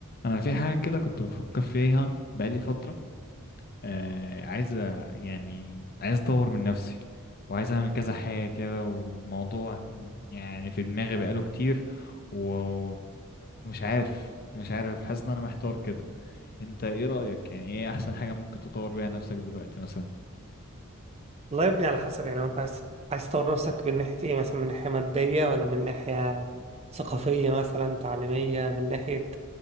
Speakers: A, on the left; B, on the right.
A: انا في حاجه كده كنت بفكر فيها بقالي فتره آه عايز أ- يعني عايز اطور من نفسي وعايز اعمل كذا حاجه كده والموضوع يعني في دماغي بقاله كتير و- ومش عارف مش عارف حاسس ان انا محتار كده انت ايه رايك يعني ايه احسن حاجه ممكن تطور بيها نفسك دلوقتي مثلا
B: والله يا ابني على حسب يعني لو انت عايز عايز تطور نفسك من ناحية ايه مثلا من ناحية مادية ولا من ناحية ثقافية مثلا تعليمية من ناحية